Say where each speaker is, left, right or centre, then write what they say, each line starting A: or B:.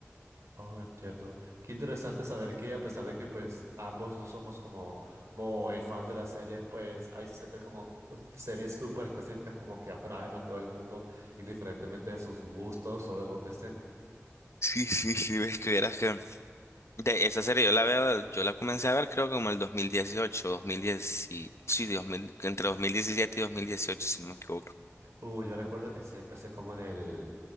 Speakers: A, on the right (about 80°); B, on the left (about 65°).
A: Oh, entiendo. Qué interesante saber que a pesar de que pues ambos no somos como muy fans de las series, pues hay siempre como series súper específicas como que atraen a todo el mundo, indiferentemente de sus gustos o de dónde estén.
B: Sí, sí, sí, ves que vieras que... De esa serie yo la veo, yo la comencé a ver creo que como el 2018, 2010, y- sí, 2000, entre 2017 y 2018, si no me equivoco.
A: Uh, yo recuerdo que sí empecé como en el,